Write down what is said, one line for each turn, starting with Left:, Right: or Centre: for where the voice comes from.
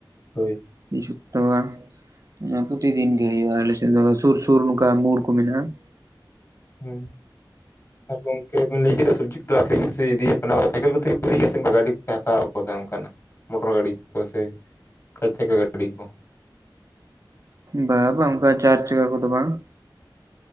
Left: ᱦᱳᱭ
Right: ᱵᱤᱫ ᱥᱩᱯᱛᱟ ᱜᱟᱱ ᱚᱱᱟ ᱯᱨᱚᱛᱤ ᱫᱤᱱ ᱜᱮ ᱦᱩᱭᱩᱜᱼᱟ ᱟᱞᱮᱥᱮᱫ ᱫᱚ ᱥᱩᱨ ᱥᱩᱨ ᱱᱚᱝᱠᱟ ᱢᱳᱲ ᱠᱚ ᱢᱮᱱᱟᱜᱼᱟ
Left: ᱦᱩᱸ ᱟᱨ ᱠᱚᱢ ᱞᱟᱹᱭ ᱠᱮᱫᱟ ᱥᱚᱵᱡᱤ ᱤᱫᱤ ᱦᱩᱭᱩᱜ ᱠᱟᱱᱟ ᱥᱟᱭᱠᱮᱞ ᱛᱮᱥᱮ ᱜᱟᱹᱰᱤ ᱯᱮ ᱦᱟᱛᱟᱣ ᱟᱠᱟᱫᱟ ᱚᱱᱠᱟᱱᱟᱜ ᱢᱳᱴᱚᱨ ᱜᱟᱹᱰᱤ ᱠᱚ ᱥᱮ ᱪᱟᱨ ᱪᱟᱠᱟ ᱜᱟᱹᱰᱤ ᱠᱚ
Right: ᱵᱟᱝ ᱵᱟᱝ ᱚᱱᱠᱟ ᱪᱟᱨ ᱪᱟᱠᱟ ᱠᱚᱫᱚ ᱵᱟᱝ